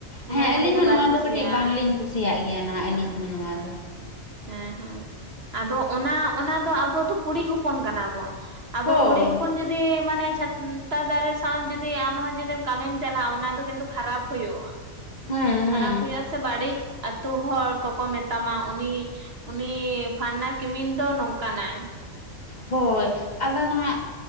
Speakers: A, on the right; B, on the left.
A: ᱩᱱᱟᱹᱜ
B: ᱦᱮᱸ
A: ᱫᱷᱟᱹᱵᱤᱡ
B: ᱟᱹᱞᱤᱧ ᱦᱚᱸ
A: ᱵᱟᱭ
B: ᱱᱚᱣᱟ
A: ᱠᱩᱥᱤᱭᱟᱜᱼᱟ
B: ᱫᱚ ᱠᱟᱹᱴᱤᱡ ᱵᱟᱝᱞᱤᱧ ᱠᱩᱥᱤᱭᱟᱜ ᱜᱮᱭᱟ ᱱᱟᱦᱟᱜ ᱟᱹᱞᱤᱧ
A: ᱦᱮᱸ
B: ᱦᱚᱸ ᱱᱚᱣᱟ ᱫᱚ
A: ᱦᱮᱸ ᱦᱮᱸ ᱟᱫᱚ ᱚᱱᱟ ᱚᱱᱟ ᱫᱚ ᱟᱵᱚ ᱫᱚ ᱠᱩᱲᱤ ᱦᱚᱯᱚᱱ ᱠᱟᱱᱟ ᱵᱚᱱ᱾ ᱟᱫᱚ
B: ᱦᱳᱭ
A: ᱠᱩᱲᱤ ᱦᱚᱯᱚᱱ ᱡᱩᱫᱤ ᱢᱟᱱᱮ ᱪᱷᱟᱛᱤᱠ ᱱᱮᱛᱟᱨ ᱫᱟᱨᱮ ᱥᱟᱶ ᱡᱩᱫᱤ ᱟᱢᱦᱚ ᱡᱩᱫᱤ ᱠᱟᱹᱢᱤᱢ ᱪᱟᱞᱟᱜᱼᱟ ᱚᱱᱟ ᱫᱚ ᱠᱤᱱᱛᱩ ᱠᱷᱟᱨᱟᱯ ᱦᱳᱭᱳᱜᱼᱟ᱾
B: ᱦᱮᱸ
A: ᱠᱷᱟᱨᱟᱯ
B: ᱦᱮᱸ
A: ᱦᱳᱭᱳᱜᱼᱟ ᱥᱮ ᱵᱟᱹᱲᱤᱡ ᱟᱹᱛᱳ ᱦᱚᱲ ᱠᱚᱠᱚ ᱢᱮᱛᱟᱢᱟ ᱩᱱᱤ ᱩᱱᱤ ᱯᱷᱟᱱᱟ ᱠᱤᱢᱤᱱ ᱫᱚ ᱱᱚᱝᱠᱟᱱᱟᱭ᱾
B: ᱦᱳᱭ ᱟᱫᱚ ᱱᱟᱦᱟᱜ